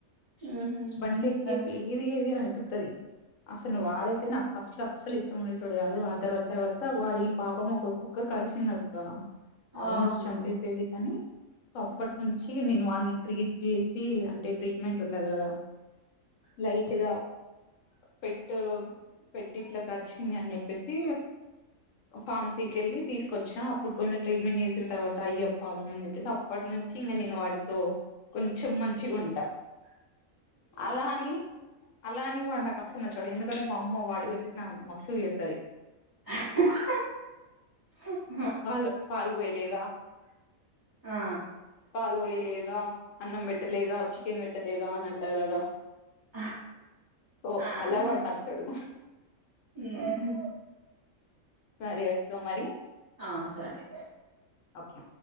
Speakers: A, on the right; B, on the left.
A: ఉహు
B: బండక్కెసి
A: దన్
B: ఏ ది ఏదైనా ఎత్కుతది అసలు వాడైతే నాకు ఫస్ట్ లో అస్సలు ఇష్టం ఉండేటోడు కాదు ఆ తర్వాత తర్వాత వాడు పాపం ఒక కుక్క కరిసిందక్క ఆల్మోస్ట్
A: ఆహా
B: చంపేసేది కానీ అప్పటి
A: ఉమ్
B: నుంచి నేను అన్ని ీట్ చేసి అంటే ట్రీట్మెంట్ ఉండదు కదా లైట్ గా పెట్టు పెట్టిట్ల కరిసింది అని చెప్పేసి ఫార్మసీకి వెళ్ళి తీసుకొచ్చా అప్పుడు కొంచెం ట్రీట్మెంట్ చేసిన తర్వాత అయ్యప్ప అవ్వమని చెప్పేసి అప్పటి నుం ి తిన్న నేన్ వాడుతో కొంచెం మంచిగుంట అలా అని అలా అని వాడు నాకు అసలు నచ్చాడు ఎందుకంటే మా అమ్మ వాడి వచ్చిన మస్తు చేతది
A: <unintelligible>
B: పాలు పాలు పోయలేదా
A: ఆ
B: పాలు పోయలేదా అన్నం పెట్టలేదా చికెన్ పెట్టలేదా అని అంటారు కదా
A: ఆ
B: ఓ
A: ఆహా
B: అలా వాడు నచ్చడు
A: ఉహు
B: సరే అక్క మరి
A: ఆ సరే
B: ఓకే